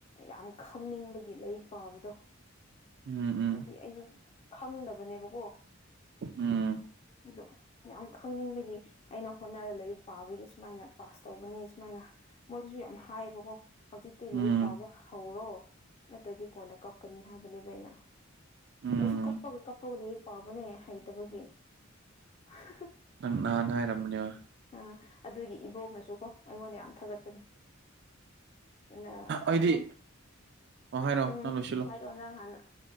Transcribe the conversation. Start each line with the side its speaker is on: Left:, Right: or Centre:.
Left: ꯌꯥꯝ ꯈꯪꯅꯤꯡꯕꯒꯤ ꯂꯥꯏꯔꯤꯛ ꯄꯥꯝꯕꯗꯣ
Right: ꯎꯝ ꯎꯝ
Left: ꯍꯥꯏꯗꯤ ꯑꯩꯁꯨ ꯈꯪꯗꯕꯅꯦꯕꯀꯣ
Right: ꯎꯝ
Left: ꯑꯗꯣ ꯌꯥꯝ ꯈꯪꯅꯤꯡꯕꯒꯤ ꯑꯩꯅ ꯍꯣꯠꯅꯔ ꯂꯥꯏꯔꯤꯛ ꯄꯥꯕꯒꯤ ꯁꯨꯃꯥꯏꯅ ꯄꯥꯁ ꯇꯧꯕꯅꯦ ꯁꯨꯃꯥꯏꯅ ꯃꯣꯏꯗꯨꯁꯨ ꯌꯥꯝ ꯍꯥꯏꯌꯦꯕꯀꯣ ꯍꯧꯖꯤꯛꯇꯤ
Right: ꯎꯝ
Left: ꯂꯥꯏꯔꯤꯛ ꯄꯥꯕ ꯍꯧꯔꯣ ꯅꯠꯇ꯭ꯔꯗꯤ ꯀꯣꯟꯗ ꯀꯞꯀꯅꯤ ꯍꯥꯏꯕꯅꯦꯕ ꯑꯩꯅ
Right: ꯎꯝ
Left: ꯑꯩꯁꯨ ꯀꯞꯄꯒ ꯀꯞꯄꯒ ꯂꯣꯏꯔꯤꯛ ꯄꯥꯕꯅꯦ ꯍꯩꯇꯕꯒꯤ <unintelligible>
Right: ꯪꯥꯟ ꯍꯥꯏꯔꯝꯃꯅꯤꯦ
Left: ꯑ ꯑꯗꯨꯒꯤ ꯏꯕꯣꯛꯅꯁꯨꯀꯣ ꯑꯩꯉꯣꯟꯗ ꯌꯥꯝ ꯊꯥꯒꯠꯄꯅꯦ ꯑ
Right: ꯑꯩꯗꯤ
Left: ꯑꯗꯨꯝ
Right: ꯑꯣ ꯍꯥꯏꯔꯣ
Left: ꯎꯝ
Right: ꯅꯪ ꯂꯣꯏꯁꯤꯜꯂꯣ
Left: ꯍꯥꯏꯔꯛꯑꯣ ꯅꯪ ꯍꯥꯟꯅ